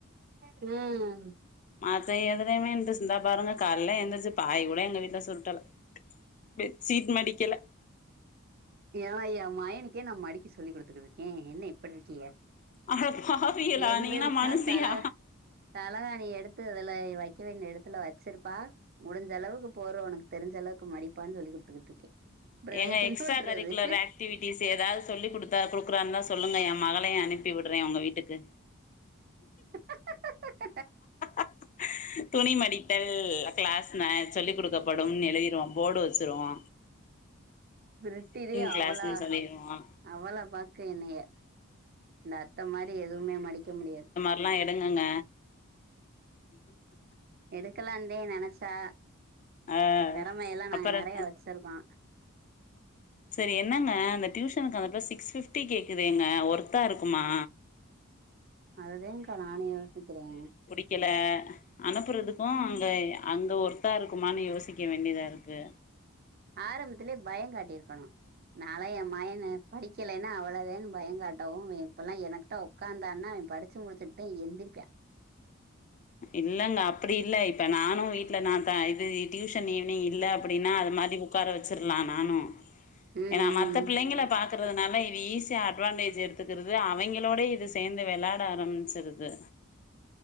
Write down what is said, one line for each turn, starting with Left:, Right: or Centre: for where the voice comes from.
Right: ம்
Left: மத்த எதுலையுமே இன்ரெஸ்ட் இருந்தா பாருங்க காலல்லா எழுந்திரச்சு பாய் கூட எங்க வீட்ல சுருட்டல பெட்சீட் மடிக்கல
Right: ஏ என் மயனுக்கே நா மடிக்க சொல்லி் கொடுத்துட்டு இருக்கே என்ன இப்டி இருக்கிய
Left: அட பாவியலா
Right: எந்திரிச்சா
Left: நீங்கல்லா மனிசியா
Right: தல தலகாணி எடுத்து அதுல வைக்க வேண்டிய இடத்துல வச்சிருப்பா முடிஞ்ச அளவுக்கு போறுவ உனக்கு தெரிஞ்ச அளவுக்கு மடிப்பான்னு சொல்லி் குடுத்துக்கிட்டு இருக்கே அப்றோ
Left: ஏங்க
Right: வேற
Left: எக்ஸ்ட்ரா
Right: என்ன பண்றது
Left: கரிக்குலர் ஆக் ஆக்டிவிட்டிஸ் ஏதாவது சொல்லி கொடுத்தா கொடுக்குறாருனுதா சொல்லுங்க என் மகளையு அனுப்பி விடுறே உங்க வீட்டுக்கு
Right: <inaudible>
Left: <inaudible> துணி மடித்தல் கிளாஸ் சொல்லி் கொடுக்கப்படும்னு எழுதிடுவோ போடு வச்சுருவோ
Right: பிரிட்டத
Left: கிளாஸ்ன்னு
Right: அவளா
Left: சொல்லிருவோ
Right: அவளா பாக்க என்னைய இந்த அத்த மாரி எதுவுமே மடிக்க முடியாது
Left: ல்லா எடுங்கங்க
Right: எடுக்கலா இருந்தே நெனைச்சா
Left: ஆ
Right: திறமை எல்லா நாங்க
Left: அப்புற
Right: நெறைய
Left: என்ன
Right: வச்சிருக்கோ
Left: சரி என்னங்க அந்த டியூஷனுக்கு வந்து சிக்ஸ் ஃபிப்டி கேக்குதுங்க ஒர்த்தா இருக்குமா
Right: அதுதாகா நானு யோசிக்கிறே
Left: கீல அனுப்புறதுக்கு அங்க அங்க ஒருத்தா இருக்குமான்னு யோசிக்க வேண்டியதா இருக்கு
Right: ஆரம்பத்துலயே பயம் காட்டியிருக்கணு நால என்மயன படிக்கலைன்னா அவ்வளோதான்னு பய காட்டவு இப்பல்லா எனகிட்ட உக்காந்தா நா அவ படிச்சு முடிச்சுட்டு தா எந்திரப்ப
Left: இல்லங்க அப்டி இல்ல இப்ப நானு வீட்ல நா இப்ப இது டியூஷன் லீவு நீ இல்லாட்டியு அப்டின்னா அது மாதிரி உட்கார வச்சிடலா நானு
Right: ம்
Left: ஏன்னா
Right: ம்
Left: மற்ற பிள்ளைங்களை பாக்கறதுனால இது ஈஸியா அட்வான்டேஜ் எடுத்துக்கிறது அவங்களோட இது சேர்ந்து விளாட ஆரம் மிச்சுடுது